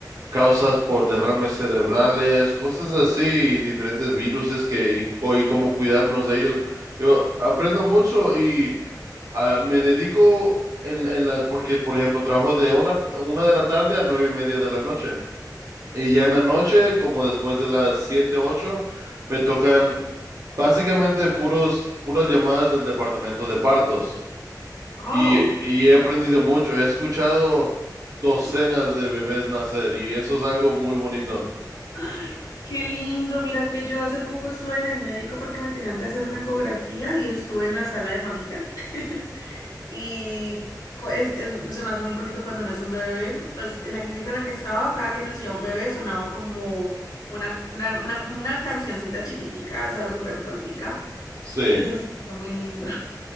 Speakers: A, on the right (about 50°); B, on the left (about 60°).
A: causas por derrames cerebrales, cosas así, diferentes viruses que, y, co- y cómo cuidarnos de ellos. Yo aprendo mucho y ah, me dedico en, en la, porque, por ejemplo, trabajo de una, una de la tarde a nueve y media de la noche. Y ya en la noche, como después de las siete, ocho, me tocan básicamente puros, puras llamadas del departamento de partos.
B: Oh.
A: Y, y he aprendido mucho, he escuchado docenas de bebés nacer y eso es algo muy bonito.
B: Ay, Qué lindo, mira que yo hace poco estuve en el médico porque me tenían que hacer una ecografía y estuve en la sala de mamitas. <laughs> Y co- es- es- se me hace muy bonito cuando nace un bebé. Pues en la clínica en la que estaba, cada que nacía un bebé sonaba como una, una, una, una cancioncita chiquitica, o sea, súper cortica.
A: Sí,
B: Eso se me hace muy lindo.